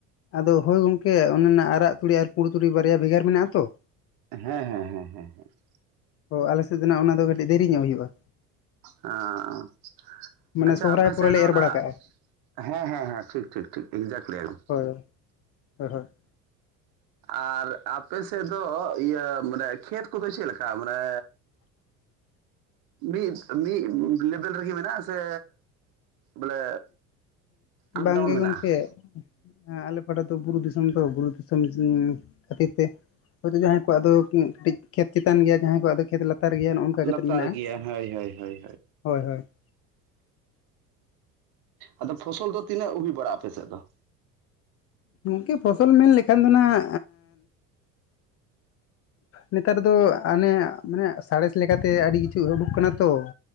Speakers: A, on the left; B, on the right.
A: ᱟᱫᱚ ᱦᱳᱭ ᱜᱚᱝᱠᱮ ᱚᱱᱟ ᱱᱟ ᱟᱨᱟᱜ ᱛᱩᱲᱤ ᱟᱨ ᱯᱩᱸᱲ ᱛᱩᱲᱤ ᱵᱟᱨᱭᱟ ᱵᱷᱮᱜᱟᱨ ᱢᱮᱱᱟᱜᱼᱟ ᱛᱚ ᱾
B: ᱦᱮᱸ ᱦᱮᱸ ᱦᱮᱸ ᱦᱮᱸ ᱦᱮᱸ ᱾
A: ᱚ ᱟᱞᱮᱥᱮᱫ ᱫᱚ ᱱᱟᱜ ᱚᱱᱟ ᱫᱚ ᱠᱟᱹᱴᱤᱡ ᱫᱮᱨᱤ ᱧᱚᱜ ᱦᱩᱭᱩᱜᱼᱟ ᱾
B: ᱦᱚᱸ
A: ᱢᱟᱱᱮ
B: ᱟᱪᱪᱷᱟ
A: ᱥᱚᱦᱨᱟᱭ
B: ᱟᱯᱮ
A: ᱯᱚᱨᱮ
B: ᱥᱮᱫ
A: ᱞᱮ
B: ᱫᱚ
A: ᱮᱨ
B: ᱚᱱᱟ
A: ᱵᱟᱲᱟ ᱠᱟᱜᱼᱟ
B: ᱦᱮᱸ ᱦᱮᱸ ᱦᱮᱸ ᱴᱷᱤᱠ ᱴᱷᱤᱠ ᱴᱷᱤᱠ ᱮᱠᱡᱟᱴ ᱞᱟᱹᱭ ᱟᱢ ᱾
A: ᱦᱳᱭ, ᱦᱳᱭ, ᱦᱳᱭ ᱾
B: ᱟᱨ ᱟᱯᱮ ᱥᱮᱫ ᱫᱚ ᱤᱭᱟᱹ ᱢᱟᱱᱮ ᱠᱷᱮᱛ ᱠᱚ ᱫᱚ ᱪᱮᱫ ᱞᱮᱠᱟ ᱢᱟᱱᱮ
A: <inaudible>
B: ᱢᱤᱫ ᱢᱤᱫ ᱞᱮᱵᱮᱞ ᱨᱮ ᱜᱮ ᱢᱮᱱᱟᱜᱼᱟ ᱥᱮ ᱵᱚᱞᱮ ᱟᱯᱰᱟᱣᱩᱱ
A: ᱵᱟᱝᱜᱮ
B: ᱢᱮᱱᱟᱜᱼᱟ
A: ᱜᱚᱝᱠᱮ
B: ᱾
A: ᱦᱮᱸ ᱟᱞᱮ ᱯᱟᱦᱴᱟ ᱫᱚ ᱵᱩᱨᱩ ᱫᱤᱥᱚᱢ ᱛᱚ, ᱵᱩᱨᱩ ᱫᱤᱥᱚᱢ ᱠᱷᱟᱹᱛᱤᱨ ᱛᱮ ᱾ ᱦᱚᱭᱛᱳ ᱡᱟᱦᱟᱸᱭ ᱠᱚᱣᱟᱜ ᱫᱚ ᱠᱟᱹᱴᱤᱡ ᱠᱷᱮᱛ ᱪᱮᱛᱟᱱ ᱜᱮᱭᱟ ᱡᱟᱦᱟᱸᱭ ᱠᱚᱣᱟᱜ ᱠᱚ ᱫᱚ ᱠᱷᱮᱛ ᱞᱟᱛᱟᱨ ᱞᱟᱛᱟᱨ ᱜᱮᱭᱟ ᱱᱚᱜ ᱱᱚᱝᱠᱟ ᱠᱟᱛᱮᱫ
B: ᱞᱟᱛᱟᱨ
A: ᱢᱮᱱᱟᱜᱼᱟ
B: ᱜᱮᱭᱟ ᱦᱳᱭ ᱦᱳᱭ ᱦᱳᱭ
A: ᱦᱳᱭ, ᱦᱳᱭ ᱾
B: ᱟᱫᱚ ᱯᱷᱚᱥᱚᱞ ᱫᱚ ᱛᱤᱱᱟᱹᱜ ᱦᱩᱭ ᱵᱟᱲᱟᱜᱼᱟ, ᱟᱯᱮ ᱥᱮᱫ ᱫᱚ ᱾
A: ᱜᱚᱝᱠᱮ ᱯᱷᱚᱥᱚᱞ ᱢᱮᱱ ᱞᱮᱠᱷᱟᱱ ᱫᱚ ᱱᱟᱜ ᱱᱮᱛᱟᱨ ᱫᱚ ᱚᱱᱮ ᱢᱟᱱᱮ ᱥᱟᱬᱮᱥ ᱞᱮᱠᱟ ᱛᱮ ᱟᱹᱰᱤ ᱠᱤᱪᱷᱩ ᱩᱰᱩᱠ ᱠᱟᱱᱟ ᱛᱚ ᱾